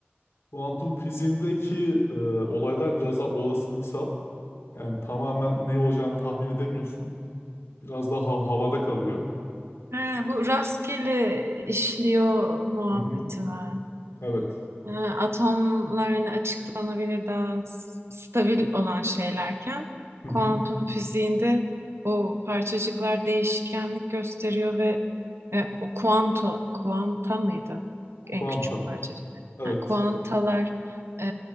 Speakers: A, on the left; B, on the right.
A: Kuantum fiziğindeki e, olaylar biraz daha olasılıksal. Yani tamamen ne olacağını tahmin edemiyorsun. Biraz daha ha- havada kalıyor.
B: Ha, bu rastgele işliyor muhabbeti
A: Hı hı.
B: mi?
A: Evet.
B: e, atomlar hani açıklanabilir daha s- stabil olan şeylerken
A: Hı hı.
B: kuantum fiziğinde o parçacıklar değişkenlik gösteriyor ve e, o kuanto, kuanta mıydı?
A: Kuanta.
B: En küçük parçacık.
A: Evet.
B: Yani kuantalar e,